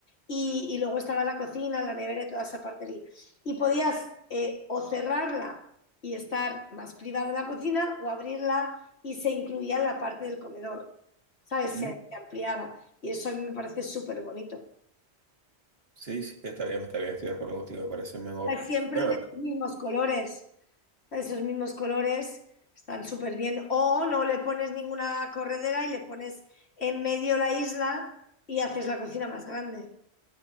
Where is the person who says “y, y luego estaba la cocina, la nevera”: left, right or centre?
Left